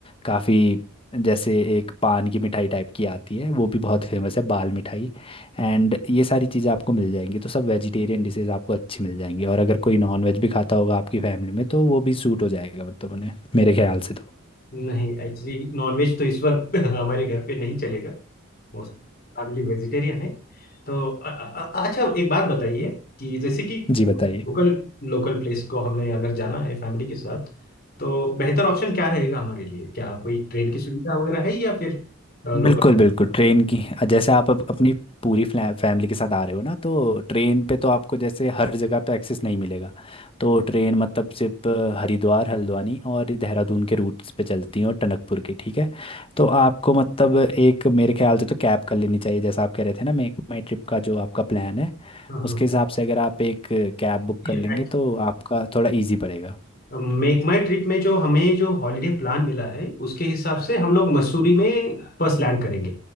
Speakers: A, on the left; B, on the left.
A: काफ़ी जैसे एक पान की मिठाई टाइप की आती है वो भी बहुत फेमस है बाल मिठाई
B: <laughs>
A: एंड ये सारी चीज़ें आपको मिल जाएंगी तो सब वेजिटेरियन डिशेज आपको अच्छी मिल जाएंगी और अगर कोई नॉन वेज भी खाता होगा आपकी फैमिली में तो वो भी सूट हो जाएगा मतलब उन्हें मेरे ख्याल से तो
B: नहीं एक्चुअली नॉनवेज तो इस वक्त <laughs> हमारे घर पे नहीं चलेगा मोस्ट फैमिली वेजिटेरियन है तो अ- अ- अ- अच्छा एक बात बताइए कि जैसे कि
A: <laughs> जी बताइए
B: लोकल लोकल प्लेस को हमने अगर जाना है फैमिली के साथ तो बेहतर ऑप्शन क्या रहेगा हमारे लिए क्या कोई ट्रेन की सुविधा वगैरह है या फिर लोकल
A: बिल्कुल बिल्कुल ट्रेन की जैसे आप अप, अपनी पूरी फैमिली के साथ आ रहे हो ना तो ट्रेन पे तो आपको जैसे हर जगह पे एक्सेस नहीं मिलेगा तो ट्रेन मतलब सिर्फ अ, हरिद्वार हल्द्वानी और देहरादून के रूट्स पे चलती हैं और टनकपुर की ठीक है तो आपको मतलब एक मेरे ख्याल से तो कैब कर लेनी चाहिए जैसा आप कह रहे थे ना मेक माई ट्रिप का जो आपका प्लान है
B: हाँ
A: उसके हिसाब से अगर आप एक कैब बुक
B: हाँ
A: कर लेंगे तो आपका थोड़ा इजी पड़ेगा
B: मेक माई ट्रिप में जो हमें जो हॉलीडे प्लान मिला है उसके हिसाब से हम लोग मसूरी में फर्स्ट लैंड करेंगे